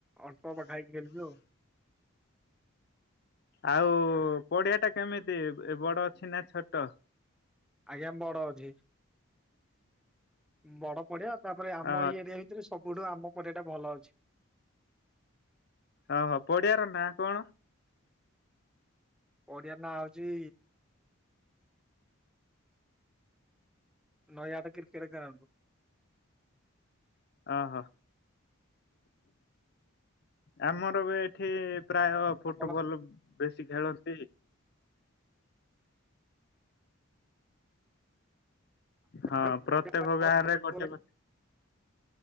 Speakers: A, in the centre; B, on the left.
A: ଅଳ୍ପ <unintelligible> ଖେଳୁଛୁ ଆଉ।
B: ଆଉ ପଡିଆ ଟା କେମିତି ବଡ ଅଛି ନା ଛୋଟ?
A: ଆଜ୍ଞା ବଡ ଅଛି। ବଡ ପଡିଆ ତାପରେ ଆମ
B: ଓହୋ
A: ଏଇ ଏରିଆ ଭିତରେ ସବୁଠୁ ଆମ ପଡିଆ ଟା ଭଲ ଅଛି।
B: ଓହୋ ପଡିଆର ନାଁ କଣ?
A: ପଡିଆ ର ନାଁ ହଉଚି ନଈଆଠ କ୍ରିକେଟ ଗ୍ରାଉଣ୍ଡ।
B: ଓହୋ ଆମର ବି ଏ ଏଠି ପ୍ରାୟ ଫୁଟବଲ
A: ଆପଣ
B: ବେଶୀ ଖେଳନ୍ତି ହଁ
A: ସେପଟେ
B: ପ୍ରତ୍ୟେକ ଗାଁ ରେ
A: ଫୁଟବଲ
B: ଗୋଟେ ଗୋଟେ